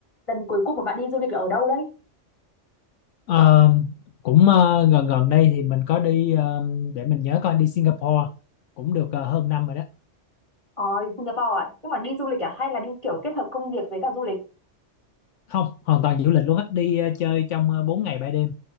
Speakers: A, on the left; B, on the left.
A: lần cuối cùng mà bạn đi du lịch là ở đâu đấy
B: Ờ, cũng ờ, gần gần đây thì mình có đi ờ, để mình nhớ coi đi Singapore cũng được ờ, hơn năm rồi đó
A: ờ đi Singapore à nhưng mà đi du lịch à hay là đi kiểu kết hợp công việc với cả du lịch
B: không hoàn toàn du lịch luôn á đi ờ, chơi trong uh, 4 ngày 3 đêm